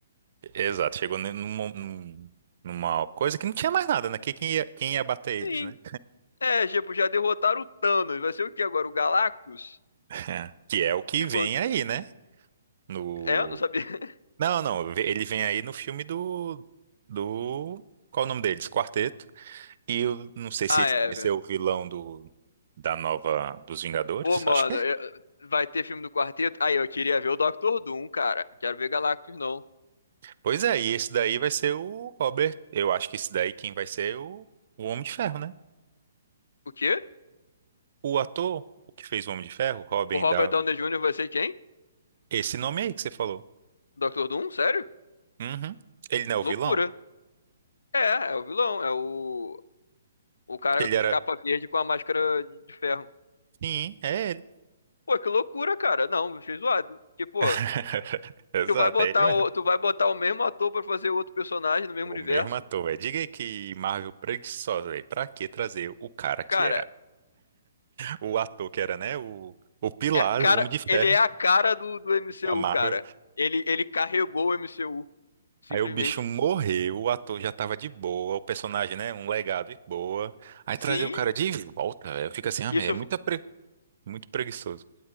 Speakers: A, on the right; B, on the left.
A: Exato, chegou num- num- num- numa coisa que não tinha mais nada, né? Que- Quem ia, quem ia bater eles,
B: Sim.
A: né?
B: É, tipo, já derrotaram o Thanos, vai ser o que agora? O Galactus?
A: <laughs> Que é o que
B: Tipo,
A: vem aí, né? No...
B: é, eu não sabia. <laughs>
A: Não, não, ve- ele vem aí no filme do... do... Qual o nome deles? Quarteto. E eu não sei
B: Ah,
A: se ele
B: é,
A: vai
B: velho.
A: ser o vilão do... da nova... dos Vingadores,
B: Pô, mano,
A: acho que é.
B: eu- vai ter filme do Quarteto? Aí, eu queria ver o Doctor Doom, cara. Quero ver Galactus, não.
A: Pois é, e esse daí vai ser o Robert. Eu acho que esse daí quem vai ser é o, o Homem de Ferro, né?
B: O quê?
A: O ator que fez o Homem de Ferro, Robin
B: O Robert
A: Downey.
B: Downey Jr. vai ser quem?
A: Esse nome aí que você falou.
B: Doctor Doom? Sério?
A: Uhum. Ele não é
B: Loucura.
A: o vilão?
B: É, é o vilão, é o O cara
A: Ele
B: de
A: era.
B: capa verde com a máscara de ferro.
A: Sim, é ele.
B: Pô, que loucura, cara. Não, achei zoado. Porque, pô,
A: <laughs> Exato,
B: tu vai botar
A: é ele mesmo.
B: o, tu vai botar o mesmo ator pra fazer outro personagem no mesmo
A: O
B: universo.
A: mesmo ator, velho. Diga aí que Marvel preguiçosa, velho. Pra que trazer o cara que
B: Cara,
A: era, o ator que era, né? O, o Pilar,
B: é a cara,
A: o Homem de Ferro
B: ele é a cara do, do MCU,
A: da Marvel.
B: cara. Ele, ele carregou o MCU, simplesmente.
A: Aí o bicho morreu, o ator já tava de boa, o personagem, né? Um legado de boa. Aí
B: Sim,
A: trazer o cara de volta, velho. Fica assim, ah,
B: isso,
A: meu, é muito pre- muito preguiçoso.